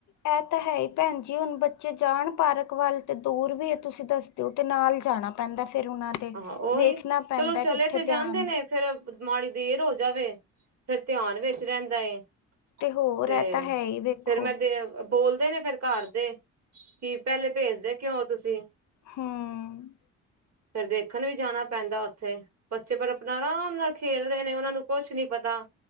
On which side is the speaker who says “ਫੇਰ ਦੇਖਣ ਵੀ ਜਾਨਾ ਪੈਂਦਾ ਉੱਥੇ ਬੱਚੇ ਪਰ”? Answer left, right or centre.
Right